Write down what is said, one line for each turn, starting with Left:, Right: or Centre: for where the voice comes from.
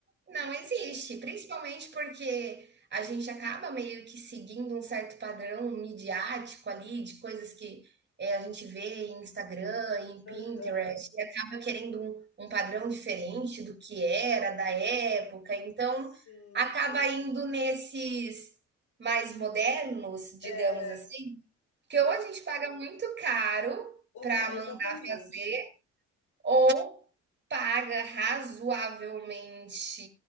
Right: Não existe,
Left: né?
Right: principalmente porque a gente acaba meio que seguindo um certo padrão midiático ali, de coisas que, eh, a gente vê em Instagram, em Pinterest,
Left: Aham,
Right: e acaba querendo um um padrão diferente do que era, da época, então
Left: sim.
Right: acaba indo nesses mais modernos, digamos
Left: É,
Right: assim, porque
Left: mas,
Right: ou a gente paga muito caro
Left: opa,
Right: para mandar
Left: exatamente,
Right: fazer Ou paga razoavelmente,